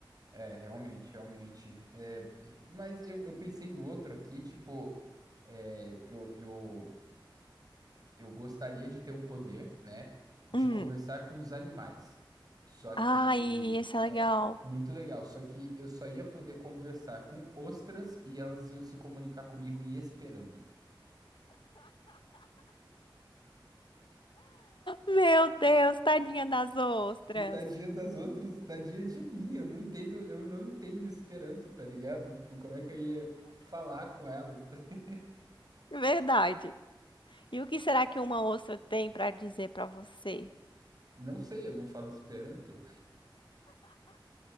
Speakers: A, on the right; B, on the left.
A: É, realmente, realmente. É, e- mas eu, eu pensei em outro aqui, tipo, é, eu, eu, eu gostaria de ter um poder, né, de
B: Hum.
A: conversar com os animais. Só que,
B: Ai, esse é legal.
A: é, muito legal. Só que eu só ia poder conversar com ostras e elas iam se comunicar comigo em Esperanto.
B: Meu Deus, tadinha das ostras.
A: Tadinha das ostras, tadinha de mim. Eu não entendo, eu não entendo Esperanto, tá ligado? Tipo, como é que eu ia falar com elas? <laughs>
B: Verdade. E o que será que uma ostra tem para dizer para você?
A: Não sei, eu não falo Esperanto.